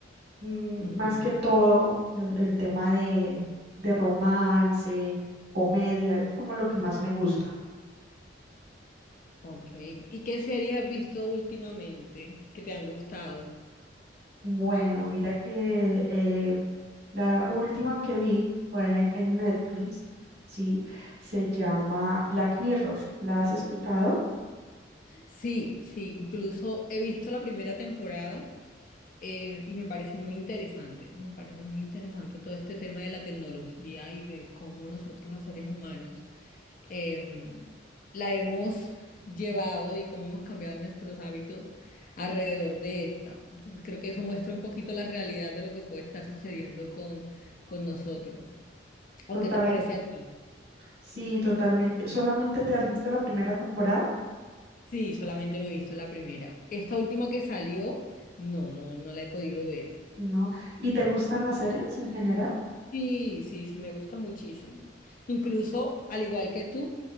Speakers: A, on the right; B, on the left.
A: mm,
B: Ujú,
A: más que todo, lo- el tema de, de romance, comedia, es como lo que más me gusta.
B: Ok, ¿y qué series has visto últimamente que te han gustado?
A: Bueno, mira que eh, la última que vi fue en Netflix, ¿sí? Se llama Black Mirror. ¿La has escuchado?
B: Sí, sí, incluso he visto la primera temporada eh, y me pareció muy interesante, me pareció muy interesante todo este tema de la tecnología y de cómo nosotros los seres humanos em, la hemos llevado y cómo hemos cambiado nuestros hábitos alrededor de esta. Entonces creo que eso muestra un poquito la realidad de lo que puede estar sucediendo con, con nosotros. ¿O
A: Total,
B: qué te parece a ti?
A: sí, totalmente. ¿Solamente te has visto la primera temporada?
B: Sí, solamente me he visto la primera. Esta última que salió, no, no, no la he podido ver.
A: ¿No? ¿Y te gustan las series en general?
B: Sí, sí, sí, me gusta muchísimo. Incluso, al igual que tú,